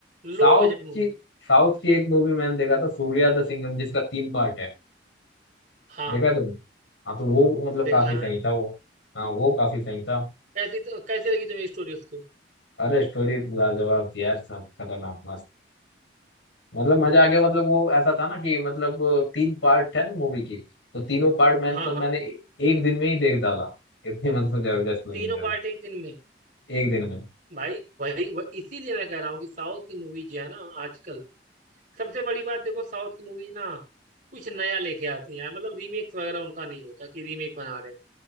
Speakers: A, on the right; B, on the left.
A: लो
B: साउथ
A: बजट मूवी
B: की साउथ की एक मूवी मैंने देखा था सूर्या द सिंघम जिसका तीन पार्ट है
A: हाँ
B: देखा तुमने हाँ तो वो मतलब
A: देखा
B: काफी
A: है
B: सही
A: मैंने
B: था वो हाँ वो काफी सही था
A: कैसी तो कैसी लगी तुम्हें स्टोरी उसकी
B: अरे स्टोरी लाजवाब थी यार सब खतरनाक मस्त मतलब मजा आ गया मतलब वो ऐसा था ना कि मतलब तीन पार्ट है ना मूवी की तो तीनों पार्ट मैंने
A: हाँ
B: तो
A: हाँ
B: मैंने एक दिन में ही देख डाला इतनी मतलब जबरदस्त लगी
A: तीनों
B: मेरे
A: पार्ट
B: को
A: एक दिन में
B: एक दिन में
A: भाई वही वह इसीलिए मैं कह रहा हूँ कि साउथ की मूवी जो है ना आजकल सबसे बड़ी बात देखो साउथ की मूवी ना कुछ नया लेके आती है यार मतलब रीमेक्स वगैरह उनका नहीं होता कि रीमेक बना रहे हैं